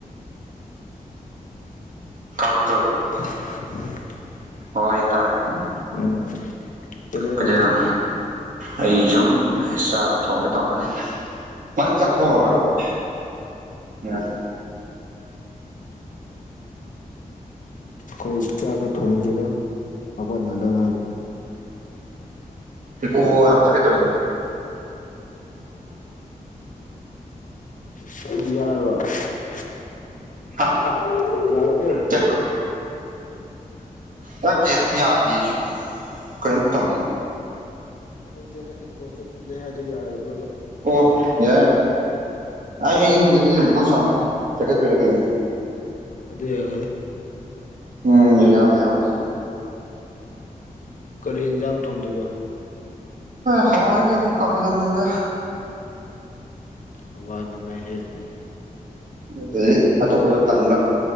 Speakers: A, on the right; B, on the left.
A: <unintelligible>
B: ꯇꯥꯕ <unintelligible>
A: ꯑꯣ ꯑꯩ ꯇꯥꯔꯦ
B: ꯎꯝ ꯀꯩꯗꯧꯅꯣ
A: ꯀꯩꯗꯩꯅꯣ ꯑꯩ ꯁꯨꯝ ꯆꯥꯛ ꯊꯣꯡꯒꯦ ꯇꯧꯔꯝꯃꯅꯤ ꯃꯥꯥꯡ ꯆꯥꯛ
B: ꯅꯪ
A: ꯊꯣꯡꯉꯕ
B: ꯊꯣꯡꯉꯕꯣ
A: ꯑꯣꯏ <unintelligible>
B: ꯀꯣꯏ ꯆꯥꯛꯒ ꯊꯣꯡꯗꯔꯤꯗ ꯍꯧꯒꯠꯅꯗ ꯉꯥꯏꯔꯤ
A: ꯢꯀꯣ ꯌꯥꯝ ꯆꯠꯀꯩ ꯇꯧꯢꯅꯦ
B: ꯁꯨ ꯌꯥꯔꯔꯕ <unintelligible>
A: ꯍꯥ
B: ꯑ ꯌꯥꯔꯕꯣ
A: ꯀꯩꯅꯣ ꯅꯠꯇꯦ ꯑꯗꯨꯝ ꯌꯥꯗꯦꯁꯨ ꯀꯩꯅꯣꯝ ꯇꯧꯏ
B: ꯅꯠꯇꯦꯅ ꯏꯀꯣ ꯆꯠꯂꯦ ꯍꯥꯏꯗꯣ ꯌꯥꯔꯕ꯭ꯔꯕ
A: ꯑꯣ ꯌꯥꯔꯦ꯭ ꯑꯩ ꯑꯩꯩꯅ ꯈꯪꯗꯦ ꯑꯩꯅ ꯕꯣꯏ ꯁ꯭ꯑꯣꯡ ꯆꯈꯠꯄꯩꯔ ꯀꯩꯅꯣ
B: ꯑꯗꯨ ꯌꯥꯒꯗ꯭ꯔꯥ
A: ꯎꯝ ꯌꯥꯃꯦ ꯌꯥꯃꯦ
B: ꯀꯔꯤ ꯏꯟꯁꯥꯡ ꯊꯣꯡꯗꯣꯏꯕ
A: ꯍꯋꯥꯢꯂ ꯀꯩꯅꯣ ꯁꯨꯝ ꯀꯝꯁꯤꯜꯂꯝꯕꯅꯤꯗꯥ
B: ꯍꯋꯥꯏ ꯅ ꯃꯥ ꯍꯦꯜꯂꯦ
A: ꯑꯗꯨꯗꯤ ꯑꯇꯣꯞꯄꯗꯣ ꯇꯟꯕ